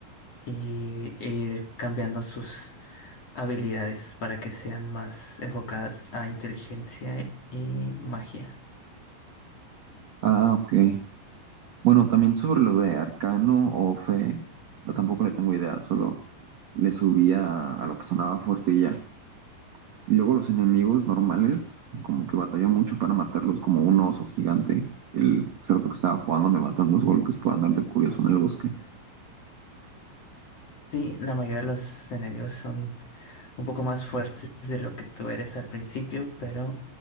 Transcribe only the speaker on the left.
y, e ir cambiando sus habilidades para que sean más enfocadas a inteligencia y magia.
Sí, la mayoría de los enemigos son un poco más fuertes de lo que tú eres al principio, pero